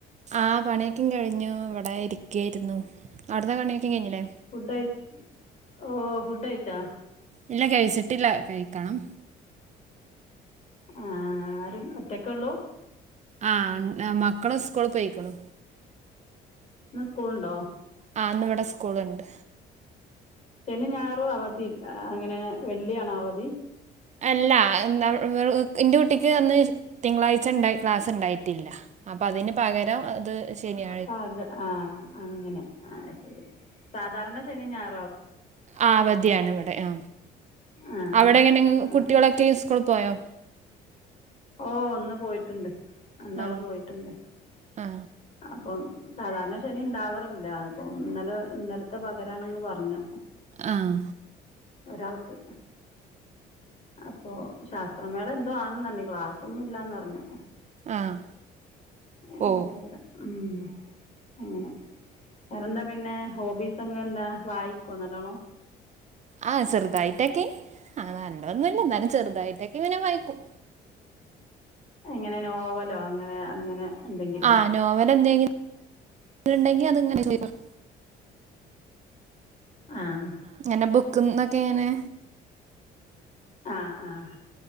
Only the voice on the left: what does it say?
ഫുഡ് കഴി ഓ ഫുഡഴിച്ചാ?
ആ ആര ഒറ്റക്കൊള്ളൂ.
ന്ന് സ്കൂള്ണ്ടോ?
ശനി ഞായറും അവധി ആ അങ്ങനെ വെള്ളിയാണോ അവധി.
അപ്പൊ അതെ ആഹ് അങ്ങനെ ആഹ് ശരി. സാധാരണ ശനി ഞായ
ആ
അങ്ങനെ
ഓഹ് ഇന്ന് പോയിട്ട്ണ്ട് രണ്ടാള്
പോയിട്ട്ണ്ട്.
പ്പം സാധാരണ ശനി ണ്ടാവാറില്ല. അപ്പം ഇന്നലെ ഇന്നൽത്തെ പകരാണെന്ന് പറഞ്ഞു.
ഒരാൾക്ക് അപ്പോ. ശാസ്ത്രമേള എന്തോ ആണ് ന്നർഞ്ഞ് ക്ലാസ്സൊന്നുല്ലാന്നർഞ്ഞു.
എങ്ങനെ
അറിയില്ല ഉം അങ്ങനെ. വേറെന്താ പിന്നെ ഹോബീസ് ങ്ങക്കെന്താ വായിക്കോ നല്ലോണം?
എങ്ങനെ നോവലോ അങ്ങനെ അങ്ങനെ. എന്തെങ്കിലോ
ആഹ്
ആഹ് ആഹ്